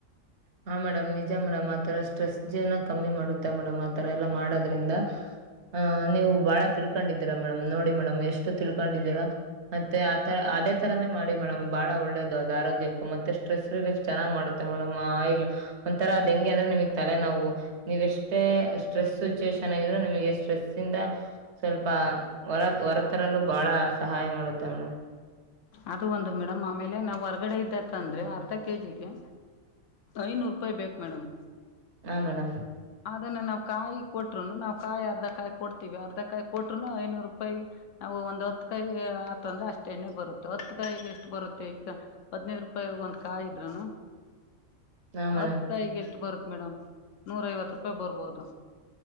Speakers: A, on the right; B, on the left.
A: ಹಾ ಮೇಡಮ್ ನಿಜ ಮೇಡಮ್ ಆತರ ಸ್ಟ್ರೆಸ್ ಜೀವನ ಕಮ್ಮಿ ಮಾಡುತ್ತ ಮೇಡಮ್ ಆತರ ಎಲ್ಲಾ ಮಾಡೋದ್ರಿಂದ. ಹ ನೀವು ಬಾಳ ತಿಳ್ಕೊಂಡಿದ್ದೀರಾ ಮೇಡಮ್ ನೋಡಿ ಮೇಡಮ್ ಎಷ್ಟು ತಿಳ್ಕೊಂಡಿದ್ದೀರಾ. ಮತ್ತೆ ಆತರ ಅದೇ. ಥರನೇ ಮಾಡಿ ಮೇಡಮ್ ಬಹಳ ಒಳ್ಳೇದು ಅದು ಆರೋಗ್ಯಕ್ಕ ಮತ್ತೆ ಸ್ಟ್ರೆಸ್ ರಿಲೀಫ್ ಚೆನ್ನಾಗಿ ಮಾಡುತ್ತೆ ಮೇಡಮ್ ಆಯಿಲ್. ಒಂತರ ಅದೆಂಗೆ ಅಂದ್ರೆ ನಿಮಗ್ ತಲೆ ನೊವು. ನೀವ್ ಎಷ್ಟೇ ಸ್ಟ್ರೆಸ್ ಸಿಚುವೇೇಶನ್ ಆಗಿದ್ರೆ ನಿಮಗೆ ಸ್ಟ್ರೆಸ್ ಇಂದ. ಸ್ವಲ್ಪ ಹೊರ ಹೊರತರಲ್ಲೂ ಬಹಳ ಸಹಾಯ ಮಾಡುತ್ತೆ ಮೇಡಮ್.
B: ಅದು ಒಂದು ಮೇಡಮ್ ಆಮೇಲೆ ನಾವು ಹೊರ್ಗಡೆ ಇಂದ ತಂದ್ರೆ ಅರ್ಧ ಕೆಜಿಗೆ. ಐನೂರು ರೂಪಾಯಿ ಬೇಕ್ ಮೇಡಮ್.
A: ಹಾ ಮೇಡಮ್.
B: ಅದನ್ನ ನಾವು ಕಾಯಿ ಕೊಟ್ರುನು ನಾವು ಕಾಯಿ ಅರ್ಧ ಕಾಯಿ ಕೊಡ್ತೀವಿ ಅರ್ಧ ಕಾಯಿ ಕೊಟ್ರುನು ಐನೂರು ರೂಪಾಯಿ. ನಾವು ಒಂದ್ ಹೊತ್ತು ಕಾಯಿ ಆತಂದ್ರ ಅಷ್ಟ ಎಣ್ಣೆ ಬರುತ್ತೆ ಹೊತ್ತು ಕಾಯ ಎಷ್ಟು ಬರುತ್ತೆ ಈಗ. ಹದ್ನೈದು ರೂಪಾಯಿ ಒಂದ್ ಕಾಯ ಇದ್ರನು.
A: <inaudible> ಮೇಡಮ್
B: ಹತ್ತುಕಾಯಿಗೆ ಎಷ್ಟು ಬರುತ್ತ ಮೇಡಮ್ ನೂರ ಐವತ್ತು ರೂಪಾಯಿ ಬರ್ಬೋದು.